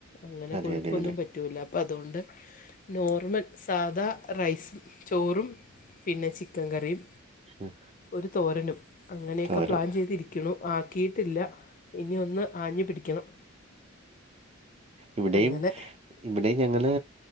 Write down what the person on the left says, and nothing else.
അങ്ങനെ
കൊഴുപ്പൊന്നും
പ റ്റൂല അപ്പ അത് കൊണ്ട് നോർമൽ സാദാ റൈസും ചോറും പിന്നെ ചിക്കൻ കറിയും
ഒരു തോരനും അങ്ങനെയക്കെ
പ്ലാൻ ചെയ്തിരി ക്ക്ണു ആക്കിയിട്ടില്ല ഇനി ഒന്ന് ആഞ്ഞ് പിടിക്കണം.
അങ്ങനെ